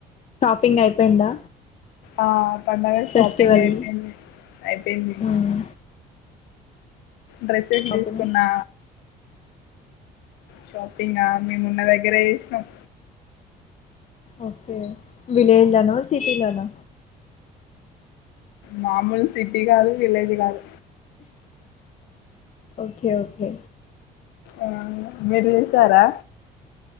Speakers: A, on the left; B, on the left.
A: పింగ్ అయిపోయిందా
B: ఆ పండగ షాపింగ్
A: ఫెస్టివల్
B: అయిపోయింది అయిపోయింది
A: మ్మ్
B: డ్రెస్సెస్
A: షాపింగ్
B: తీసుకున్నా షాపింగా మేమున్న దగ్గరే చేసినాం
A: ఓకే విలేజ్‌లోనూ షాపింగ్‌లోనూ
B: మామూలు సిటీ కాదు విలేజ్ కాదు
A: ఓకే ఓకే
B: ఆ మీరు చేసారా